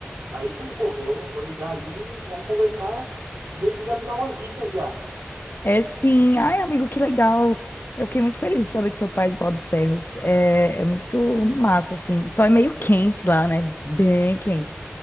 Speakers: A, on the right (about 75°); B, on the left (about 50°).
A: Aí falei, pô, vou, vou ligar ali, vamos conversar, ver se já me dá umas dicas já.
B: É sim. Ai, amigo, que legal. Eu fiquei muito feliz de saber que seu pai é de Pau dos Ferros. É, é muito massa, assim. Só é meio quente lá, né? Bem quente.